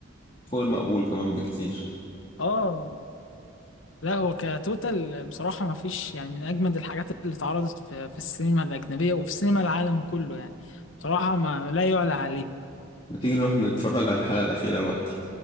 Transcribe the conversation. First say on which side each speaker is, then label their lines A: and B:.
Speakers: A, on the left; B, on the left.
A: فوق المقبول كمان بكتير
B: اه لا هو كتوتال بصراحه ما فيش يعني من اجمد الحاجات اللي اتعرضت في, في السينما الاجنبيه وفي سينما العالم كله يعني بصراحه ما لا يعلى عليه
A: بتيجي نروح نتفرج على الحلقة الأخيرة دلوقتي